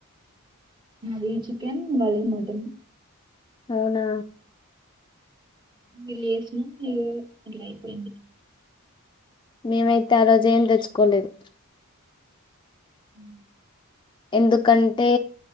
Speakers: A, on the right; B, on the left.
A: అది చికెన్ వాళ మటన్
B: అవునా
A: వళ్ళ చేసినా ఇట్లా అయిపోయింది
B: మేమైతే ఆ రోజు ఏం తెచ్చుకోలేదు
A: అ
B: ఎందుకంటే